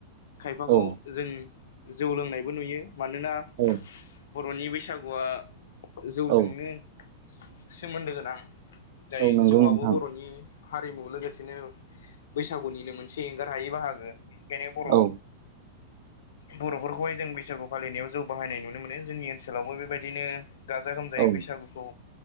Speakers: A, on the left; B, on the right.
A: खायफाखौ
B: औ
A: जों जौ लोंनायबो नुयो मानोना
B: औ
A: बर'नि बैसागुआ जौजोंनो
B: औ
A: सोमोन्दो गोनां। जाय
B: औ नंगौ
A: जौआबो
B: नोंथां
A: बर'नि हारिमु लोगोसेनो बैसागुनिनो मोनसे एंगार हायै बाहागो। थेने बर'
B: औ
A: बर'फोरखौहाय जों बैसागु फालिनायाव जौ बाहायनाय नुनो मोनो जोंनि ओनसोलावबो बेबायदिनो गाजा गोमजायै
B: औ
A: बैसागुखौ